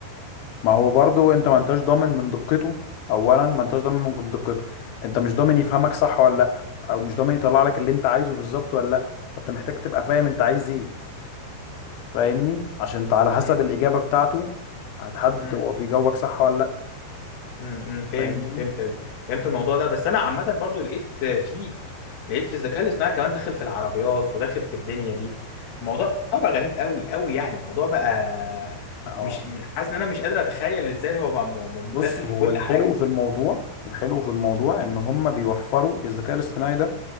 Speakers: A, on the left; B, on the left.
A: ما هو برضو انت ما انتش ضامن من دقته اولا ما انتش ضامن من دقته انت مش ضامن يفهمك صح ولا لا او مش ضامن يطلع لك اللي انت عايزه بالظبط ولا لا فانت محتاج تبقى فاهم انت عايز ايه فاهمني عشان انت على حسب
B: امم
A: الاجابة بتاعته هتحدد
B: امم
A: هو بيجاوبك صح ولا لا
B: امم فهمت
A: فاهمني
B: فهمت فهمت الموضوع ده بس انا عامه برضو لقيت في لقيت في الذكاء الاصطناعي كمان داخل في العربيات وداخل في الدنيا دي الموضوع بقى غريب قوي قوي يعني الموضوع بقى
A: اه
B: مش مش- حاسس ان انا مش قادر اتخيل ازاي هو بقى م-
A: بص
B: م- داخل في
A: هو
B: كل
A: الحلو
B: حاجه
A: في الموضوع الحلو في الموضوع ان هم بيوفروا الذكاء الاصطناعي ده